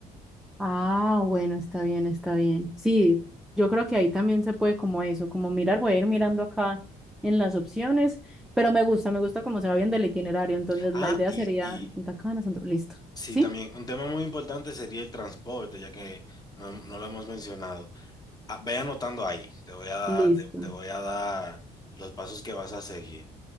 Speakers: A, in the centre; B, on the left.
A: Ah, bueno, está bien, está bien. Sí, yo creo que ahí también se puede como eso, como mirar, voy a ir mirando acá en las opciones, pero me gusta, me gusta cómo se va bien del itinerario. Entonces
B: Ah,
A: la idea
B: y,
A: sería
B: y
A: Punta Cana, Santo- listo.
B: sí,
A: ¿Sí?
B: también un tema muy importante sería el transporte, ya que no, no lo hemos mencionado. Ah, ve anotando ahí, te voy a dar,
A: Listo,
B: te, te voy a dar los pasos que vas a seguir.